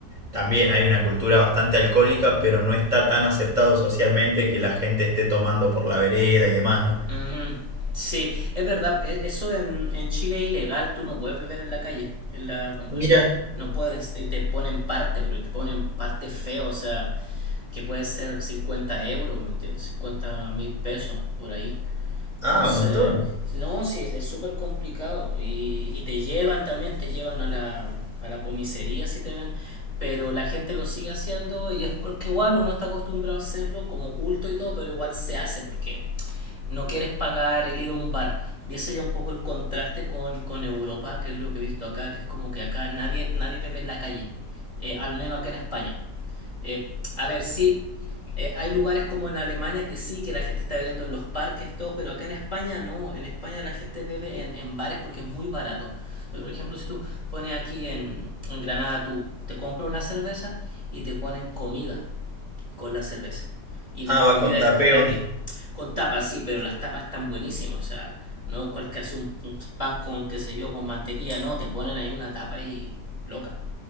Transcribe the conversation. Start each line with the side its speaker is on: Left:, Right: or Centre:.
Right: también hay una cultura bastante alcohólica, pero no está tan aceptado socialmente que la gente esté tomando por la vereda y demás, ¿no?
Left: Ujú. Sí, es verdad, e- eso en, en Chile es ilegal, tú no puedes beber en la calle, en la,
Right: Mira,
Left: en la- no puedes, y te ponen parte, bro, y te ponen parte feo, o sea, que puede ser 50 euros, ¿me entiendes? 50 mil pesos por ahí. Entonces,
Right: ah, un montón.
Left: no, sí, es es súper complicado y, y te llevan también, te llevan a la, a la comisaría si te ven, pero la gente lo sigue haciendo y es porque igual uno está acostumbrado a hacerlo como culto y todo, pero igual se hace porque no quieres pagar el ir a un bar. Y ese ya un poco el contraste con, con Europa, que es lo que he visto acá, que es como que acá nadie, nadie bebe en la calle, eh, al menos acá en España. Eh, a ver, sí, eh, hay lugares como en Alemania que sí, que la gente está bebiendo en los parques, todo, pero acá en España no, en España la gente bebe en, en bares porque es muy barato. Por ejemplo, si tú pones aquí en, en Granada, tú te compras una cerveza y te ponen comida con la cerveza. Y
Right: Ah,
Left: la comida
Right: va con tapeo.
Left: es gratis. Con tapas, sí, pero las tapas están buenísimas. O sea, no cualquier hace un, un pan con, qué sé yo, con mantequilla. No, te ponen ahí una tapa ahí loca.